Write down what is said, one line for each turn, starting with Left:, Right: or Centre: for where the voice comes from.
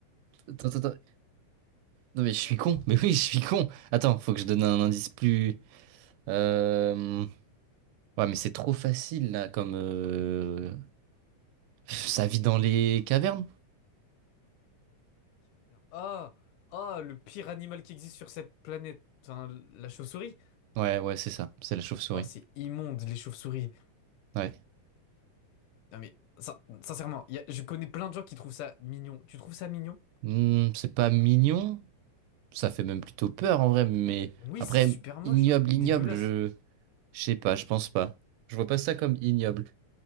Right: attends, attends. Non, mais je
Left: Ouais.
Right: suis con. Mais oui, je suis con. Attends, faut que je donne un indice plus. euh, Ouais, mais c'est trop facile là, comme. euh, Ça vit dans les cavernes?
Left: Dans les cavernes. Ah, ah, le pire animal qui existe sur cette planète. Enfin, la chauve-souris.
Right: Ouais, ouais, c'est ça. C'est la chauve-souris.
Left: Oh, c'est immonde, les chauves-souris.
Right: Ouais.
Left: Non mais, sin- sincèrement, y a- je connais plein de gens qui trouvent ça mignon. Tu trouves ça mignon?
Right: Hmm, c'est pas mignon. Ça fait même plutôt peur en vrai, mais
Left: Oui,
Right: après,
Left: c'est super moche,
Right: ignoble,
Left: hein, et dégueulasse.
Right: ignoble, je. Je sais pas, je pense pas. Je vois pas ça comme ignoble.